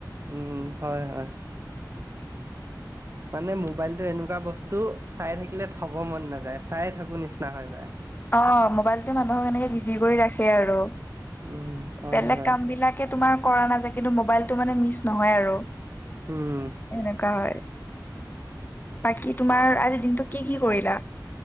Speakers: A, on the right; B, on the left.
A: উম হয় হয়।
B: <inaudible>
A: মানে মোবাইলটো এনেকুৱা বস্তু চাই থাকিলে থ'ব মন নাযায়, চায় থাকোঁ নিচিনা হৈ যায়।
B: অঁ মোবাইলটোৱে মানুহক এনেকে বিজি কৰি ৰাখে আৰু।
A: উম হয়
B: বেলেগ
A: হয়
B: কাম বিলাক তেনেকে তোমাৰ কৰা নাযায় কিন্তু মোবাইলটো মানে মিছ নহয় আৰু।
A: হোম।
B: এনেকুৱা হয়। বাকী তোমাৰ আজিৰ দিনটোত কি কি কৰিলা?